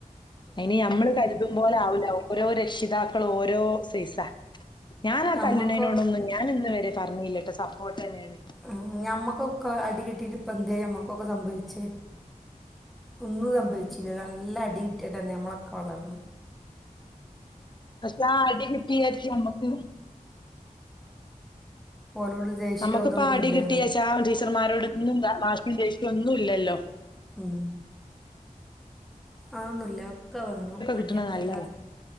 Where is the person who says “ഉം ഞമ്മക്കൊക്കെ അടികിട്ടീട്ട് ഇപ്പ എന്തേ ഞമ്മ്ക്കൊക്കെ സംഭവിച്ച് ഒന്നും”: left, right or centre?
Centre